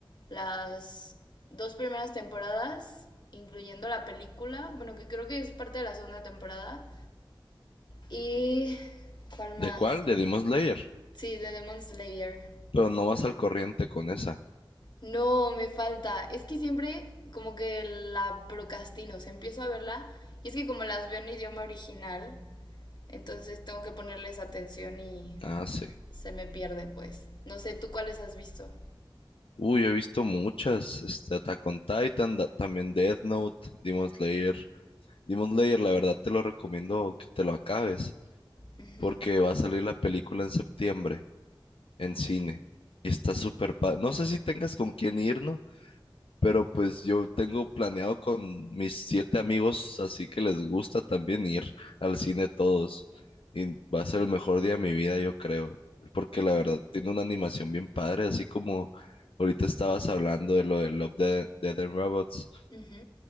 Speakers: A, on the left; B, on the left.
A: las dos primeras temporadas, incluyendo la película. Bueno, que creo que es parte de la segunda temporada. ¿Y cuál más?
B: ¿De cuál? De Demon Slayer.
A: Sí, de Demon Slayer.
B: Pero no vas al corriente con esa.
A: No, me falta. Es que siempre como que la procrastino. O sea, empiezo a verla y es que como las veo en idioma original, entonces tengo que ponerles atención y
B: Ah, sí.
A: se me pierde, pues. No sé, ¿tú cuáles has visto?
B: Uy, he visto muchas. Este, Attack on Titan, da- también Death Note, Demon Slayer. Demon Slayer, la verdad te lo recomiendo que te lo acabes,
A: Ujú,
B: porque va a salir la película en septiembre. en cine. Y está súper padre. No sé si tengas con quién ir, ¿no? Pero pues yo tengo planeado con mis siete amigos, así que les gusta también ir al cine todos. Y va a ser el mejor día de mi vida, yo creo. Porque la verdad tiene una animación bien padre, así como ahorita estabas hablando de lo de Love, Death, Death and Robots.
A: ujú.